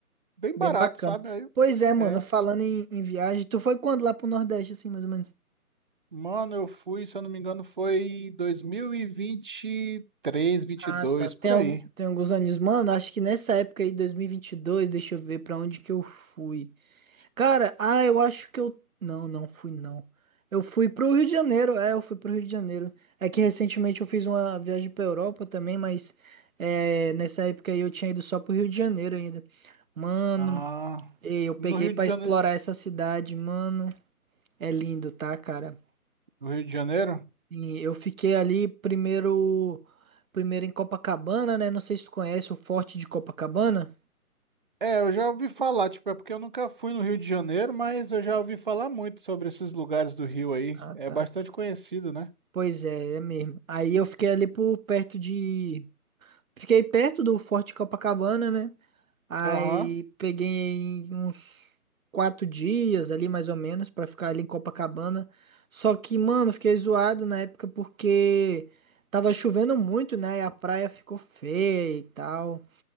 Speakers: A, on the right; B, on the right.
A: bem
B: Bem
A: barato,
B: bacana.
A: sabe? Aí, eu-
B: Pois é, mano,
A: é.
B: falando em, em viagem, tu foi quando lá pro Nordeste, assim, mais ou menos?
A: Mano, eu fui, se eu não me engano, foi dois mil e vinte vinte três, vinte
B: Ah,
A: e dois
B: tá. Tem,
A: por
B: algum,
A: aí.
B: tem alguns anos. Mano, acho que nessa época aí, dois mil e e vinte e dois deixa eu ver pra onde que eu fui. Cara, ah, eu acho que eu. Não, não fui, não. Eu fui pro Rio de Janeiro, é, eu fui pro Rio de Janeiro. É que recentemente eu fiz uma viagem pra Europa também, mas é, nessa época aí eu tinha ido só pro Rio de Janeiro ainda. Mano,
A: Ah,
B: e eu peguei
A: no Rio
B: pra
A: de Janeiro.
B: explorar essa cidade, mano. É lindo, tá, cara?
A: No Rio de Janeiro?
B: E eu fiquei ali primeiro, primeiro em Copacabana, né? Não sei se tu conhece o Forte de Copacabana.
A: É, eu já ouvi falar, tipo, é porque eu nunca fui no Rio de Janeiro, mas eu já ouvi falar muito sobre esses lugares do Rio aí.
B: Ah,
A: É
B: tá.
A: bastante conhecido, né?
B: Pois é, é mesmo. Aí eu fiquei ali por perto de Fiquei perto do Forte Copacabana, né? Aí
A: Aham,
B: peguei uns quatro dias ali, mais ou menos, pra ficar ali em Copacabana. Só que, mano, fiquei zoado na época porque tava chovendo muito, né? E a praia ficou feia e tal.